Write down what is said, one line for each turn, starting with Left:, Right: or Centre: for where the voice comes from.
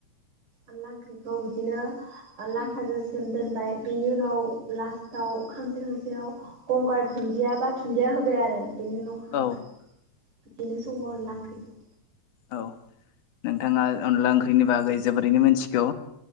Right: अनला ओंख्रिखौ बिदिनो लाथाजों
Left: उम
Right: सो दोनबाय बिनि उनाव लास्टआव खांसे खांसेयाव गंगार दुन्दिया बा दुुनन्दिया होबाय आरो बिनि उनाव खांबाय
Left: औ
Right: बिदिनो सङो अनला ओंख्रिखौ
Left: औ नोंथाङा अनला ओंख्रिनि बागै जोबोरैनो मिथिगौ।